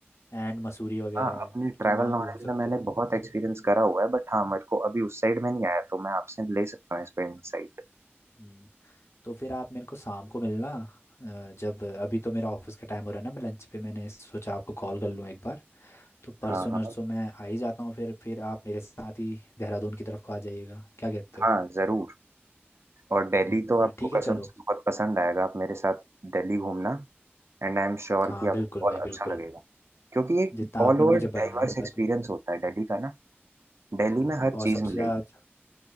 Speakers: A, on the left; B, on the right.
A: एंड मसूरी वगैरह
B: हाँ अपने
A: है तो
B: ट्रैवल
A: वहाँ
B: नॉलेज
A: घूम सकते
B: में मैंने
A: हो तुम
B: बहुत एक्सपीरियंस करा हुआ है बट हाँ मेरे को अभी उस साइड में नहीं आया तो मैं आपसे ले सकता हूँ इस पे इनसाइट
A: हम्म, तो फिर आप मेरे को शाम को मिलना अ, जब अभी तो मेरा ऑफिस का टाइम हो रहा है ना मैं लंच पे मैंने सोचा आपको कॉल कर लूँ एक बार तो परसों
B: हाँ
A: नरसों
B: हाँ
A: मैं आ ही जाता हूँ फिर फिर आप मेरे साथ ही देहरादून की तरफ को आ जाइएगा क्या कहते हो
B: हाँ जरूर और दिल्ली
A: हम्म,
B: तो हम्म, आपको
A: ठीक है
B: कसम
A: चलो
B: से तो बहुत पसंद आएगा आप मेरे साथ दिल्ली घूमना एंड आई एम श्योर
A: हाँ
B: कि
A: बिल्कुल
B: आपको
A: भाई
B: बहुत अच्छा
A: बिल्कुल
B: लगेगा क्योंकि एक
A: जितना
B: ऑल
A: आपने
B: ओवर
A: मुझे बढ़ाया
B: डाइवर्स
A: बत,
B: एक्सपीरियंस होता है दिल्ली का ना दिल्ली
A: हम्म,
B: में हर
A: और
B: चीज
A: सबसे
B: मिलेगी
A: ज़्यादा